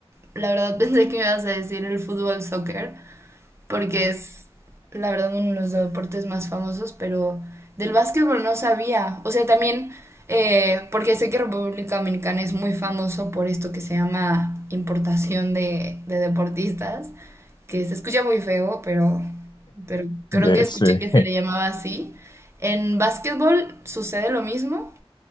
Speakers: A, on the right; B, on the left.
A: la verdad <laughs> pensé que me ibas a decir el fútbol soccer, porque es la verdad uno de los deportes más famosos, pero del básquetbol no sabía. O sea, también, eh, porque sé que República Dominicana es muy famoso por esto que se llama importación de, de deportistas, que se escucha muy feo, pero, pero creo
B: De
A: que
B: ese-
A: escuché que
B: <laughs>
A: se le llamaba así. En básquetbol sucede lo mismo.